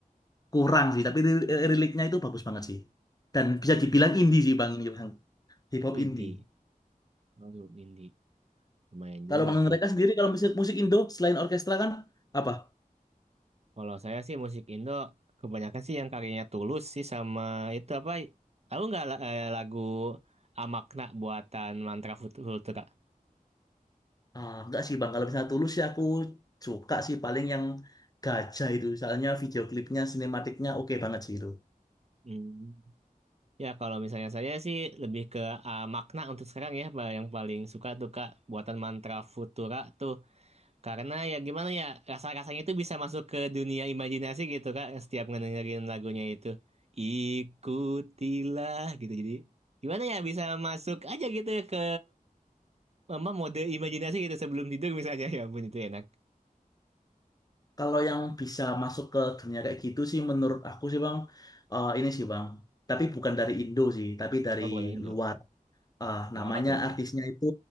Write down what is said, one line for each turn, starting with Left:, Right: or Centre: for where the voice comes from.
Left: kurang sih, tapi ri- liriknya itu bagus banget sih. Dan bisa
Right: hmm.
Left: dibilang indie sih Bang ini Bang, hip
Right: oh
Left: hop
Right: indie.
Left: indie.
Right: Oh, indie. Lumayan
Left: Kalau
Right: juga
Left: Bang
Right: tuh.
Left: mereka sendiri kalau musik musik Indo selain orkestra kan apa?
Right: Kalau saya sih musik Indo kebanyakan sih yang karyanya Tulus sih sama itu apa? Tahu nggak la- eh, lagu Amakna buatan Mantra Fut- Futura?
Left: Ah, enggak sih Bang, kalau misalnya Tulus sih aku suka sih paling yang gajah itu. misalnya video klipnya, sinematiknya oke banget sih itu.
Right: Hmm. Ya kalau misalnya saya sih lebih ke ah, makna untuk sekarang ya Pak, yang paling suka tuh Kak buatan Mantra Futura tuh karena ya gimana ya rasa-rasanya itu bisa masuk ke dunia imajinasi gitu Kak setiap ngedengerin lagunya itu ikutilah gitu jadi gimana ya bisa masuk aja gitu ke Mama mode imajinasi gitu sebelum tidur misalnya ya ampun itu enak.
Left: Kalau yang bisa masuk ke dunia kayak gitu sih menurut aku sih Bang, eh, ini sih Bang. Tapi bukan dari Indo sih, tapi dari
Right: Oh bukan Indo.
Left: luar. Ah,
Right: Mau
Left: namanya
Right: apa tuh?
Left: artisnya itu